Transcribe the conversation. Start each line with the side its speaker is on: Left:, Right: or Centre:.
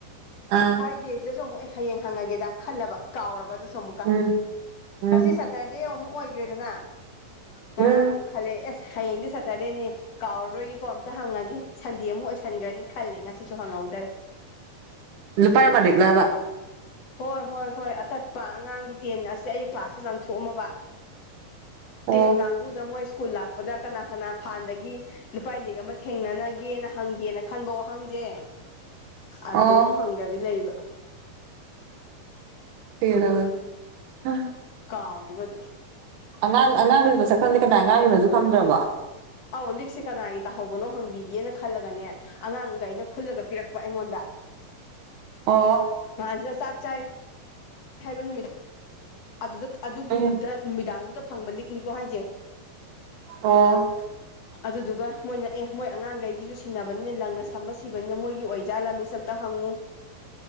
Right: ꯑꯥ
Left: ꯁꯤꯗꯁꯨ ꯑꯃꯨꯛ ꯑꯩ ꯍꯌꯦꯡ ꯍꯪꯉꯒꯦꯗ ꯈꯜꯂꯕ ꯀꯥꯎꯔꯕ ꯑꯗꯨꯁꯨ ꯑꯃꯨꯛꯀ
Right: ꯎꯝ ꯎꯝ
Left: ꯉꯁꯤꯠ ꯁꯇꯔꯗꯦ ꯑꯃꯨꯛ ꯑꯣꯏꯈ꯭ꯔꯦꯗꯅ ꯉꯔꯥꯡ
Right: ꯎꯝ
Left: ꯑꯃꯨꯛ ꯈꯜꯂꯛꯑꯦ ꯑꯦꯁ ꯍꯌꯦꯡꯗꯤ ꯁꯦꯇꯔꯗꯦꯅꯤ ꯀꯥꯎꯔꯔꯣꯏꯒꯦꯀꯣ ꯑꯝꯇ ꯍꯪꯉꯒꯦ ꯁꯟꯗꯦ ꯑꯃꯨꯛ ꯑꯣꯏꯁꯟꯈ꯭ꯔꯅꯤ ꯈꯜꯂꯦ ꯉꯁꯤꯁꯨ ꯍꯪꯍꯧꯗꯔꯦ
Right: ꯂ ꯎꯄꯥ ꯃꯥꯤꯛꯂꯋꯥ
Left: ꯍꯣꯏ ꯍꯣꯏ ꯍꯣꯏ ꯑꯇꯠꯄ ꯑꯉꯥꯡꯒꯤ ꯇꯦꯟ ꯑꯁꯤ ꯑꯩ ꯀ꯭ꯂꯥꯁꯇ ꯂꯪꯊꯣꯛꯑꯝꯃꯕ
Right: ꯑꯣ
Left: ꯇꯦꯟ ꯀꯥꯡꯕꯨꯗ ꯃꯣꯏ ꯁ꯭ꯀꯨꯜ ꯂꯥꯛꯄꯗ ꯀꯅꯥ ꯀꯅꯥ ꯐꯥꯟꯗꯒꯤ ꯂꯨꯄꯥꯥꯏ ꯂꯤꯛ ꯑꯃ ꯊꯦꯡꯅꯅꯒꯦꯅ ꯍꯪꯒꯦꯅ ꯈꯟꯕ ꯋꯥꯍꯪꯁꯦ ꯑꯗꯨꯝ
Right: ꯑꯣ
Left: ꯍꯪ ꯗꯕꯤ ꯂꯩꯕ
Right: ꯦꯕ ꯍꯥ
Left: ꯀꯥꯎꯔꯤꯕꯗꯨ
Right: ꯑꯉꯥꯡ ꯑꯉꯥꯡꯗꯨꯁꯨ ꯃꯁꯛ ꯈꯪꯗꯦ ꯀꯗꯥꯏ ꯑꯉꯥꯡꯗꯨꯅꯁꯨ ꯈꯪꯗ꯭ꯔꯕ
Left: ꯑꯧ ꯂꯤꯛꯁꯦ ꯀꯅꯥꯒꯤ ꯇꯥꯍꯧꯕꯅꯣ ꯍꯪꯕꯤꯒꯦꯅ ꯈꯜꯂꯒꯅꯦ ꯑꯉꯥꯡꯈꯩꯅ ꯈꯨꯜꯂꯒ ꯄꯤꯔꯛꯄ ꯑꯩꯉꯣꯟꯗ
Right: ꯑꯣ
Left: ꯍꯥꯟꯖ ꯁꯥꯥꯛ ꯆ ꯍꯥꯏꯕ ꯅꯨꯃꯤꯠ ꯑꯗꯨꯗ ꯑꯗꯨꯒꯤꯗ
Right: ꯎꯝ
Left: ꯅꯨꯃꯤꯗꯥꯡꯗꯨꯗ ꯐꯪꯕ ꯂꯤꯛꯅꯤꯀꯣ ꯍꯥꯏꯁꯦ
Right: ꯑꯣ
Left: <unintelligible> ꯑꯗꯨꯗꯨꯒ ꯃꯣꯏꯅ ꯑꯦ ꯃꯣꯏ ꯑꯉꯥꯡꯈꯩꯒꯤꯁꯨ ꯁꯤꯟꯅꯕꯅꯤꯅ ꯂꯪꯅ ꯁꯝꯕ ꯁꯤꯕꯅꯤꯅ ꯃꯣꯏꯒꯤ ꯑꯣꯏꯖꯥꯠꯂ ꯃꯤꯁ ꯑꯝꯇ ꯍꯪꯉꯨ